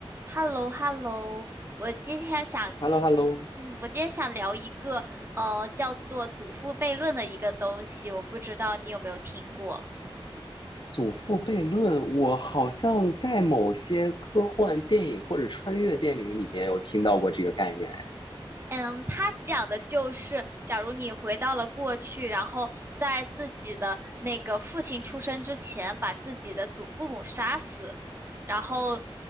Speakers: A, on the right (about 25°); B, on the left (about 55°).
A: h e l l o h e l l o 我今天想，
B: h e l l o h e l l o
A: 嗯，我今天想聊一个呃叫做祖父悖论的一个东西，我不知道你有没有听过。
B: 祖父悖论，我好像在某些科幻电影或者穿越电影里面有听到过这个概念。哎，
A: 嗯，它讲的就是，假如你回到了过去，然后在自己的那个父亲出生之前，把自己的祖父母杀死，然后，